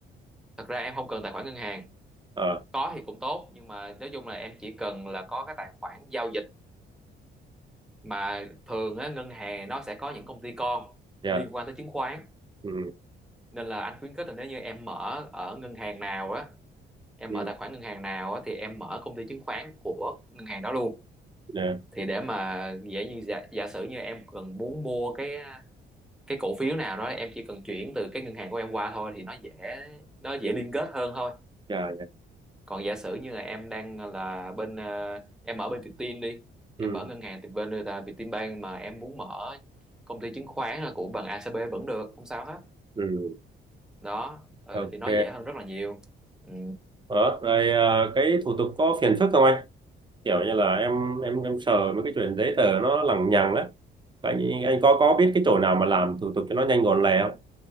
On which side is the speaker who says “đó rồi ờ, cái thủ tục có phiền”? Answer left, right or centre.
Right